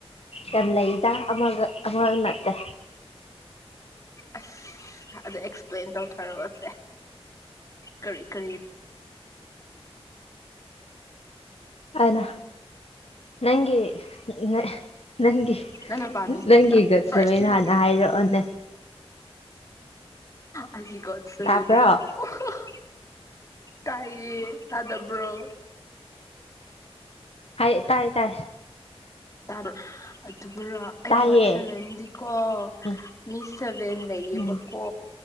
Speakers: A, on the left; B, on the left.
A: ꯌꯥꯝ ꯂꯩꯗꯥ ꯑꯃꯒ ꯑꯃꯒ ꯅꯠꯇꯦ꯫
B: ꯑꯁ ꯑꯗꯨ ꯑꯦꯛꯁꯄ꯭ꯂꯦꯟ ꯇꯧꯊꯔꯛꯑꯣꯁꯦ ꯀꯔꯤ ꯀꯔꯤ
A: ꯑꯅ ꯅꯪꯒꯤ <inaudible> ꯅꯦ ꯅꯪꯒꯤ
B: ꯅꯪꯅ ꯄꯥꯝꯃꯤ
A: ꯅꯪꯒꯤꯒꯠꯆꯕꯩꯅ
B: ꯐꯥꯔꯁꯁꯤꯅ
A: ꯍꯥꯟꯅ ꯍꯥꯏꯔꯛꯑꯣꯅꯦ꯫
B: ꯑꯥꯖꯤ ꯒꯣꯠ ꯁꯦꯚꯦꯟꯗꯣ
A: ꯇꯥꯕ꯭ꯔꯣ
B: <unintelligible> ꯇꯥꯏꯌꯦ ꯇꯥꯗꯕ꯭ꯔꯣ
A: ꯍꯥꯏ ꯇꯥꯏ ꯇꯥꯏ
B: ꯇꯥ ꯑꯗꯨꯒꯔ ꯑꯩꯒꯤ
A: ꯇꯥꯏꯌꯦ
B: ꯄꯠ ꯁꯚꯦꯟꯗꯤꯀꯣ
A: ꯎꯝ
B: ꯃꯤ ꯁꯚꯦꯟ ꯂꯩꯌꯦꯕꯀꯣ
A: ꯎꯝ